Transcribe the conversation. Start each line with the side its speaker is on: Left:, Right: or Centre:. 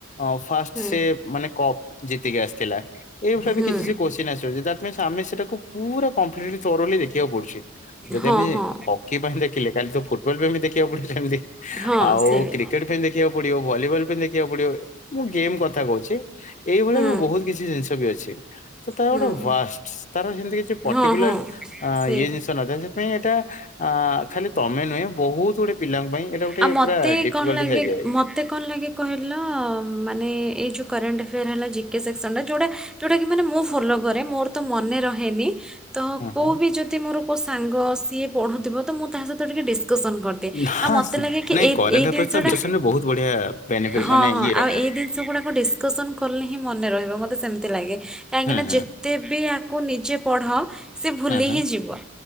Left: ଅଁ ଫାର୍ଷ୍ଟ
Centre: ହୁଁ
Left: ସେ ମାନେ କପ ଜିତିକି ଆସିଥିଲା ଏଇଭଳିଆ
Centre: ହୁଁ
Left: ବି କିଛି ସେ କୋଷ ଚିନ ଆସିବ ଯେ ଦ୍ୟାଟ ମିନ୍ସ ଆମେ ସେଟାକୁ ପୁରା କମ୍ପ୍ଲିଟଲି ଥୋରୋଲି ଦେଖିବାକୁ ପଡୁଛି ଯଦି
Centre: ହଁ
Left: ଆମେ
Centre: ହଁ
Left: ହ ହକି ପାଇଁ ଦେଖିଲେ କାଲି ତ ଫୁଟବଲ ପାଇଁ ବି ଦେଖିବାକୁ ପଡ଼ିବ ସେମିତି
Centre: ହଁ
Left: ଆଉ
Centre: ସେଇ
Left: କ୍ରିକେଟ୍ ପାଇଁ ଦେ <unintelligible> ପଡ଼ିବ ଭଲିବଲ ଦେଖିବାକୁ ପଡିବ ମୁଁ ଗେମ୍ କଥା କହୁଛି ଏଇଭଳିଆ
Centre: ହୁଁ
Left: ବି ବହୁତ କିଛି ଜିନିଷ ବି ଅଛି। ତ ତା ଗୋଟେ
Centre: ହୁଁ
Left: ୱାଷ୍ଟ ତାର ସେମିତି କିଛି ପର୍ଟିକୁଲାର
Centre: ହଁ ହଁ ସେଇ
Left: ଇଏ ଜିନିଷ ନଥାଏ ପାଇଁ ଏଇଟା ଖାଲି ତମେ ନୁହେଁ ବହୁତ ଗୁଡେ ପିଲାଙ୍କ ପାଇଁ ଏଇଟା ଗୋଟେ
Centre: ଆଉ ମୋତେ
Left: ପୁରା ଡିଫିକଲ୍ଟ
Centre: କଣ ଲାଗେ
Left: ହେଇଯାଏ।
Centre: ମୋତେ କଣ ଲାଗେ କହିଲ ମନେଲ ଯୋଉ କରେନଟ ଏଫେୟାର ହେଲା ଜି କେ ସେକ୍ସନ ଟା ଯୋଉଟା ଯୋଉଟା କି ମାନେ ମୁଁ ଫଲୋ କରେ ମୋର ତ ମନେ ରହେନି। ତ
Left: ହଁ
Centre: କଉ
Left: ହଁ।
Centre: ବି ଯଦି ମୋର କଉ ସାଙ୍ଗ ସିଏ ପଢ଼ୁଥିବ ତ ମୁଁ ତା ସହିତ ଟିକେ ଡିସ୍କସନ୍ କରିଦି
Left: ହଁ
Centre: ଆଉ ମତେ ମତେ
Left: ସି-
Centre: ଲାଗେ କି
Left: ନାଇଁ
Centre: ଏଇ
Left: କରେଣ୍ଟ
Centre: ଏଇ
Left: ଆଫେୟାର୍ସ
Centre: ଜିନିଷ
Left: ତ
Centre: ଟା
Left: ଡିସକସନ ରେ ବହୁତ ବଢିଆ ବେନିଫିଟ
Centre: ହଁ
Left: ମାନେ
Centre: ହଁ
Left: ଇଏ ରହେ।
Centre: ଆଉ ଏଇ ଜିନିଷ ଗୁଡାକ ଡିସ୍କସନ କଲେ ହିଁ ମନେ ରହିବ ମୋତେ ସେମିତି ଲାଗେ କାହିଁକିନା
Left: ହୁଁ ହୁଁ
Centre: ଯେ ତେବେ ଆକୁ ନିଜେ ପଢ ସେ ଭୁଲି
Left: ହୁଁ ହୁଁ
Centre: ହିଁ ଯିବ